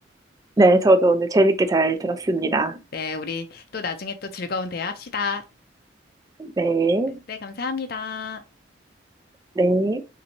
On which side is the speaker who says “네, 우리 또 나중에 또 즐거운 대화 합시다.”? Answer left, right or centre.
Left